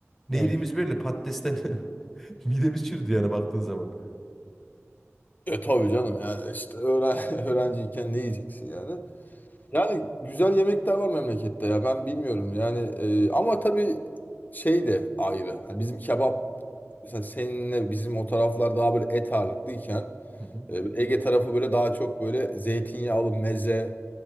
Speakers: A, in the centre; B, on the left.
A: Ne
B: Evet.
A: yediğimiz belli patatesten <laughs> Midemiz çürüdü yani baktığın zaman.
B: E tabii canım yani işte öğren <laughs> öğrenciyken ne yiyeceksin yani? Yani güzel yemekler var memlekette ya ben bilmiyorum yani e, ama tabii şey de ayrı. Hani bizim kebap mesela seninle bizim o taraflar daha böyle et ağırlıklıyken
A: Hı hı.
B: e, Ege tarafı böyle daha çok böyle zeytinyağlı meze